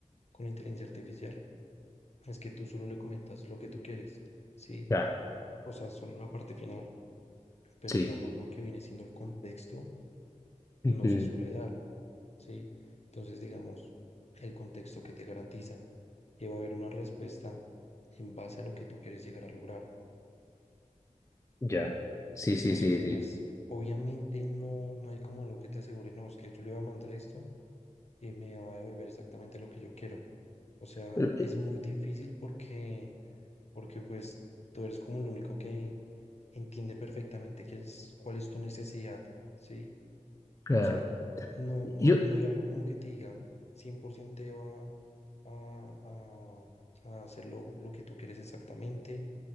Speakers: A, on the left; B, on the left.
A: con la inteligencia artificial es que tú solo le comentas lo que tú quieres, ¿sí?
B: Claro,
A: O sea, solo la parte final, pero
B: sí.
A: digamos lo que viene siendo el contexto no
B: ujú,
A: se suele dar. ¿sí? Entonces, digamos, el contexto que te garantiza que va a haber una respuesta en base a lo que tú quieres llegar a lograr.
B: Ya. Sí,
A: Entonces,
B: sí, sí, sí.
A: pues, obviamente no, no hay como algo que te asegure, no, es que yo le voy a mandar esto y me va a devolver exactamente lo que yo quiero. O sea,
B: Pero,
A: es
B: eh,
A: muy difícil porque, porque pues, tú eres como el único que entiende perfectamente qué es, cuál es tu necesidad, ¿sí?
B: Claro.
A: O sea, no, no,
B: Yo.
A: no hay algo como que te diga 100% te va a, a, a hacer lo, lo que tú quieres exactamente.